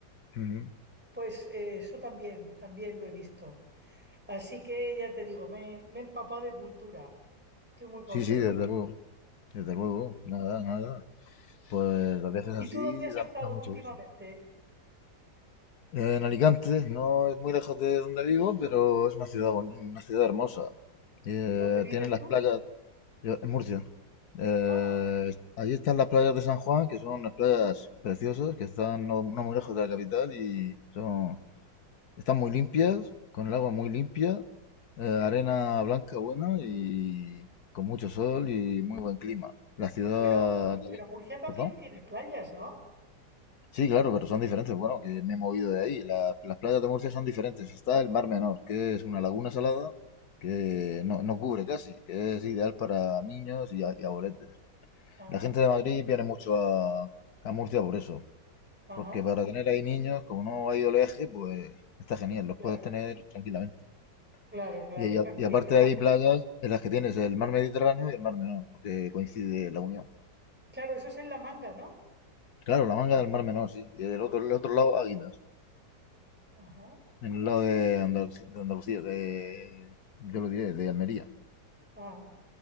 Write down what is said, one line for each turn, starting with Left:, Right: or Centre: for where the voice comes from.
Left: Ujú.
Centre: Pues eh, eso también, también lo he visto. Así que ya te digo, me, me he empapado de cultura. Estoy muy contenta.
Left: Sí, sí, desde luego, desde luego, nada, nada. Pues a veces así
Centre: ¿Y tú dónde has
Left: da,
Centre: estado
Left: da mucho
Centre: últimamente?
Left: gusto. Eh, En Alicante, no es muy lejos de donde vivo, pero es una ciudad, boni- una ciudad hermosa. Eh,
Centre: ¿Dónde vives
Left: tienen las
Centre: tú?
Left: playas, yo- en Murcia, eh,
Centre: Ah.
Left: allí están las playas de San Juan, que son unas playas preciosas, que están no, no muy lejos de la capital y son Están muy limpias, con el agua muy limpia, eh, arena blanca buena y con mucho sol y muy buen clima. La ciudad...
Centre: Pero,
Left: de
Centre: pero Murcia también
Left: ¿Perdón?
Centre: tiene playas, ¿no?
Left: Sí, claro, pero son diferentes. Bueno, que me he movido de ahí. La- las playas de Murcia son diferentes. Está el Mar Menor, que es una laguna salada que no, no cubre casi, que es ideal para niños y, a- y abueletes.
Centre: Ajá,
Left: La gente de Madrid viene mucho a, a Murcia por eso,
Centre: ajá,
Left: porque para tener ahí niños, como no hay oleaje, pues está genial, los
Centre: claro,
Left: puedes tener tranquilamente.
Centre: claro, claro,
Left: Y, y a-
Centre: no es peligroso.
Left: y aparte hay playas en las que tienes el mar Mediterráneo y el mar Menor, porque coincide la unión.
Centre: Claro, eso es en La Manga, ¿no?
Left: Claro, la manga del mar Menor, sí. Y del otro,
Centre: Ajá,
Left: el otro lado, Águilas.
Centre: ajá,
Left: En el lado de Andalucía, de, Andalucía, de- yo lo diré, de Almería.
Centre: ah.